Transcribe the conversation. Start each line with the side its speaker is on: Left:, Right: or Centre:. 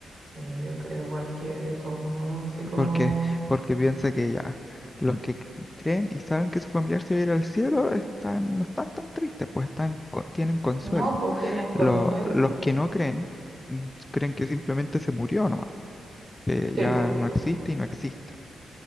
Right: sí, yo creo igual que de todos modos, así como...
Left: Porque, porque piensa que ya, los que c- creen y saben que su familiar se va a ir al cielo están, no están tan tristes, pues están, co- tienen consuelo.
Right: No, pues tienen consuelo.
Left: Lo- los que no creen, mm, creen que simplemente se murió nomás, que
Right: Sí,
Left: ya
Right: pues,
Left: no existe y no existe.